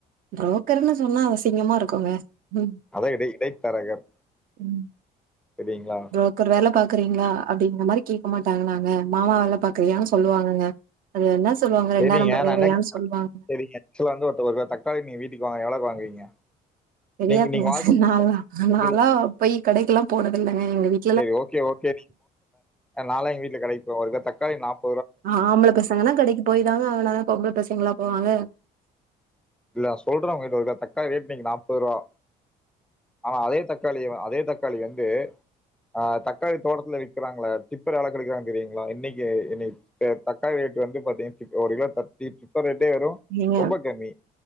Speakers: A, on the right; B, in the centre.
A: புரோக்கர்ன்னு சொன்னா அசிங்கமா இருக்குங்க ம்
B: அதா இடை இடைத்தரகர்
A: ம்
B: சரிங்களா
A: புரோக்கர் வேல பாக்குறீங்களா அப்டிங்கற மாரி கேட்க மாட்டாங்கன்னாங்க மாமா வேல பாக்குறியான்னு சொல்லுவாங்க அது என்ன சொல்லுவாங்க ரெண்டா
B: செரிங்க
A: நம்பர் வேறயான்னு
B: நான என்னேன்
A: சொல்லுவாங்க
B: செரி ஆக்சுவலா வந்து க நீ வீட்டு வாங்க எவலோக்கு வாங்குவீங்க
A: தெரியாதுங்க
B: நீங்க நீங்க வாழ்க்கை
A: நாலா
B: வாங்குறீங்க
A: நாளா போய் கெடைக்கெல்லாம் போடதில்லங்க எங்க வீட்
B: செரி ஓகே ஓகே நால வீட்டுல கிடைக்கு போவேன் ஒரு தக்காளி நாற்
A: ஆ ஆம்பள பேசாங்கன்னா கடைக்கு போய்தாக ஆகணும் பொம்பல பசங்க ங்களா போவாங்க
B: இல்ல சொல்றேன் உங்கிட்ட ஒரு தக்காளி ரேட்டு இன்னைக்கு நாப்ப ரூபா ஆனா அதே தக்காளி அதே தக்காளி வந்து ஆ தக்காளி தோட்டத்துல விற்கிறாங்கள டிப்பர் வேல கெடுக்கறாங்க தெரியுங்களா இன்னைக்கு இன்னைக்கு தக்காளி ரேட வந்து பாத்தீங்க ஒரு கிலோி ப்பர் ரே <unintelligible> வரும்
A: நீங்க
B: ரொம்ப கம்மி